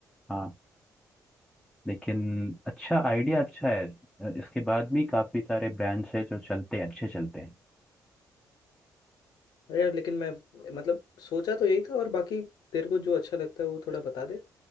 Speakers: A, in the centre; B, on the left (about 80°).
A: हाँ लेकिन अच्छा आइडिया अच्छा है अ, इसके बाद भी काफ़ी सारे ब्रांड्स हैं जो चलते हैं अच्छे चलते हैं
B: अरे यार लेकिन मैं मतलब सोचा तो यही था और बाकी तेरे को जो अच्छा लगता है वो थोड़ा बता दे